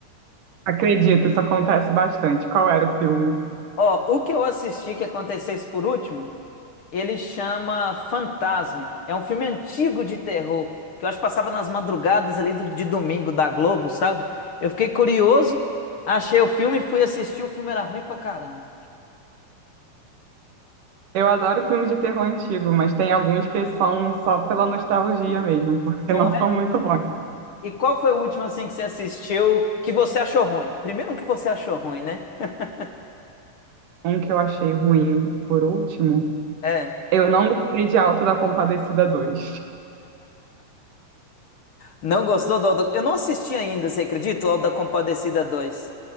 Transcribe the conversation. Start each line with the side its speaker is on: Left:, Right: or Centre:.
Right: Acredito, isso acontece bastante. Qual era o filme?
Left: Ó, o que eu assisti que acontecesse por último Ele chama Fantasme. É um filme antigo de terror, que eu acho que passava nas madrugadas ali do- de domingo da Globo, sabe? Eu fiquei curioso, achei o filme, fui assistir, o filme era ruim pra caramba.
Right: Eu adoro filme de terror antigo, mas tem alguns que são só pela nostalgia mesmo, porque
Left: Não
Right: não são
Left: é?
Right: muito bons.
Left: E qual foi o último assim que você assistiu que você achou ruim? Primeiro um que você achou ruim, né? <laughs>
Right: Um que eu achei ruim, por último,
Left: É.
Right: eu não gostei de Auto da Compadecida dois.
Left: Não gostou do Auto... Eu não assisti ainda, você acredita? O Auto da Compadecida dois.